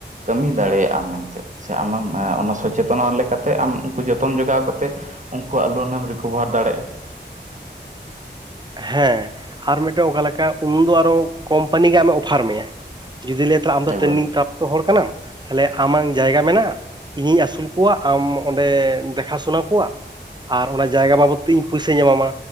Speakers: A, on the right; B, on the right.
A: ᱠᱟᱹᱢᱤ, ᱫᱟᱲᱮᱭᱟᱜᱼᱟᱢ ᱢᱮᱱᱛᱮ ᱾ ᱥᱮ ᱟᱢᱮᱢ, ᱚᱱᱟ ᱥᱚᱪᱮᱛᱚᱱᱟ ᱞᱮᱠᱟᱛᱮ, ᱟᱢ ᱩᱱᱠᱩ, ᱡᱚᱛᱚᱱ ᱡᱚᱜᱟᱣ ᱠᱟᱛᱮ ᱩᱱᱠᱩᱣᱟᱜ, ᱞᱳᱱᱮᱢ, ᱨᱤᱠᱵᱷᱟᱨ ᱫᱟᱲᱮᱭᱟᱜᱼᱟ ᱾
B: ᱦᱮᱸᱻ, ᱟᱨ ᱢᱤᱫᱴᱮᱱ ᱚᱠᱟ, ᱞᱮᱠᱟ, ᱩᱱᱫᱚ ᱟᱨᱚ, ᱠᱳᱢᱯᱟᱱᱤ ᱜᱮ, ᱟᱢᱮ ᱚᱯᱷᱟᱨ ᱢᱮᱭᱟ, ᱡᱩᱫᱤ ᱞᱮ ᱛᱟᱦᱚᱞᱮ, ᱟᱢ ᱫᱚ,
A: ᱮᱠᱵᱟᱨᱮ
B: ᱴᱨᱮᱱᱤᱝ ᱯᱨᱟᱯᱛᱚ ᱦᱚᱲ ᱠᱟᱱᱟᱢ ᱾ ᱛᱟᱦᱞᱮ, ᱟᱢᱟᱝ ᱡᱟᱭᱜᱟ ᱢᱮᱱᱟᱜᱼᱟ, ᱤᱧᱤᱧ ᱟᱹᱥᱩᱞ ᱠᱚᱣᱟ, ᱟᱢ ᱚᱸᱰᱮ ᱫᱮᱠᱷᱟ ᱥᱩᱱᱟ ᱠᱚᱣᱟ ᱾ ᱟᱨ ᱚᱱᱟ, ᱡᱟᱭᱜᱟ ᱵᱟᱵᱚᱛ ᱛᱮ, ᱤᱧ ᱯᱚᱭᱥᱟᱹᱧ ᱮᱢᱟᱢᱟ,